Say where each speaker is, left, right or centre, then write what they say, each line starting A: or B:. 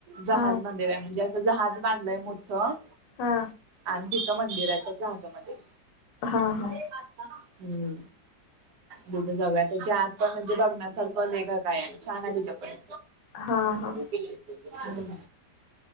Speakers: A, on the right; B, on the left.
A: जहाज
B: हा
A: मंदिर आहे. म्हणजे असं जहाज बांधलंय मोठ्ठं.
B: हा.
A: आणि तिथं मंदिर हाय त्या जहाजामध्ये.
B: हा, हा.
A: हम्म. तिथं जाऊया त्याच्या आत पण म्हणजे बघण्यासारखं लई काय काय हाय, छान आहे तिथं पण.
B: हा, हा.
A: हम्म.